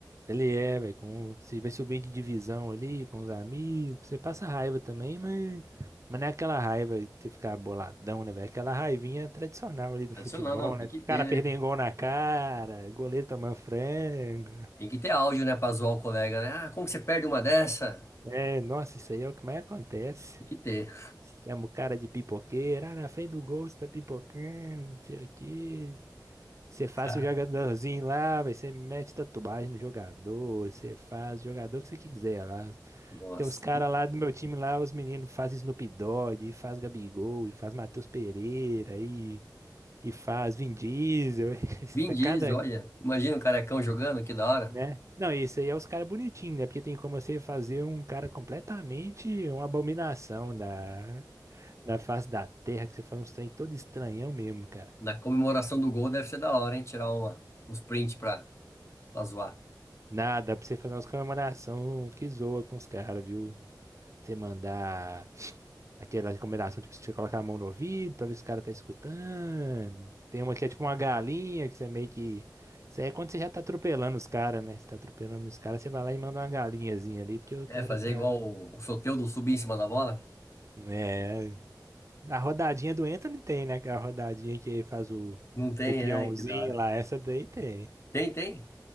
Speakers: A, on the right; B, on the left.
A: Ele é, velho, com você vai subindo de divisão ali com os amigos, você passa raiva também, mas mas não é aquela raiva que você ficar boladão, né, velho? É Aquela raivinha tradicional ali do
B: Adicional,
A: futebol,
B: não, tem
A: né?
B: que ter,
A: Cara
B: né?
A: perdendo gol na cara, goleiro tomando frango.
B: Tem que ter áudio, né, pra zoar o colega, né? Ah, como que você perde uma dessa?
A: É, nossa, isso aí é o que mais acontece.
B: Tem que ter,
A: Chama o cara de pipoqueiro. Ah, na frente do gol você tá pipocando, não sei o quê. Você faz
B: <laughs> cara.
A: o jogadorzinho lá, vai, você mete tatuagem no jogador, você faz o jogador que você quiser lá.
B: Nossa.
A: Tem os caras lá do meu time lá, os meninos fazem Snoop Dogg, e faz Gabigol, e faz Matheus Pereira, e, e faz Vin Diesel. <laughs> Isso
B: Vin
A: tá
B: Diesel,
A: Cada,
B: olha. Imagina o carecão jogando, que da hora.
A: né? Não, isso aí é os caras bonitinhos, né? Porque tem como você fazer um cara completamente uma abominação da, Na face da terra que você faz uns trem todo estranhão mesmo, cara.
B: Na comemoração do gol deve ser da hora, hein? Tirar uma, uns prints pra, pra zoar.
A: Nada, dá pra você fazer umas comemoração que zoa com os caras, viu? Você mandar aquela comemoração, tipo, você colocar a mão no ouvido pra ver se o cara tá escutando. Tem uma que é tipo uma galinha, que você meio que. Isso aí é quando você já tá atropelando os caras, né? Você tá atropelando os caras, você vai lá e manda uma galinhazinha ali, porque o
B: É,
A: cara
B: fazer
A: tá.
B: igual o, o Soteldo subir em cima da bola?
A: É. A rodadinha do entra não tem, né? A rodadinha que faz o,
B: Não tem,
A: o peãozinho
B: ai, que da hora.
A: lá, essa daí tem.
B: Tem, tem?